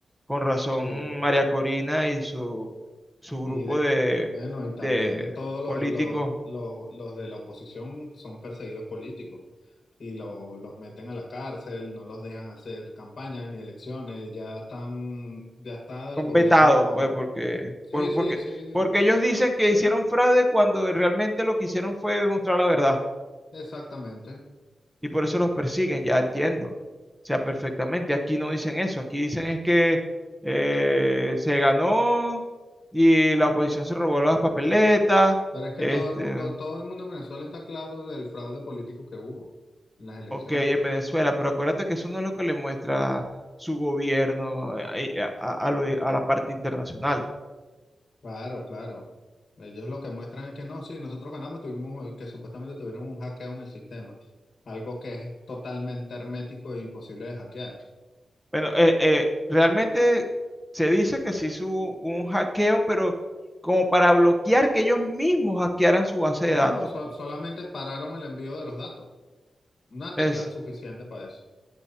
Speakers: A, in the centre; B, on the left.
A: Con razón,
B: Sí.
A: María Corina y su, su
B: Y
A: grupo
B: de,
A: de,
B: bueno, y también
A: de
B: todos los,
A: políticos
B: los, los, los de la oposición son perseguidos políticos y lo- los meten a la cárcel, no los dejan hacer campañas ni elecciones, ya están, ya está
A: son
B: el gobierno.
A: vetados, pues, porque,
B: Sí,
A: por-
B: sí,
A: porque,
B: sí,
A: porque ellos dicen que hicieron fraude cuando realmente lo que hicieron fue demostrar la verdad
B: exactamente.
A: y por eso los persiguen, ya entiendo. O sea, perfectamente, aquí no dicen eso, aquí dicen es que eh, se ganó y la oposición se robó las papeletas,
B: Pero es que
A: este,
B: todo el mundo, todo el mundo en Venezuela está claro del fraude político que hubo en las elecciones.
A: ok, en Venezuela, pero acuérdate que eso no es lo que le muestra su gobierno eh, a a- a lo- a la parte internacional.
B: Claro, claro. Ellos lo que muestran es que no, sí, nosotros ganamos, tuvimos eh, que supuestamente tuvieron un hackeo en el sistema, algo que es totalmente hermético e imposible de hackear.
A: Bueno, eh, eh, realmente se dice que se hizo un hackeo, pero como para bloquear que ellos mismos hackearan su base de datos.
B: No, so- solamente pararon el envío de los datos. Una
A: Es,
B: tecla suficiente para eso.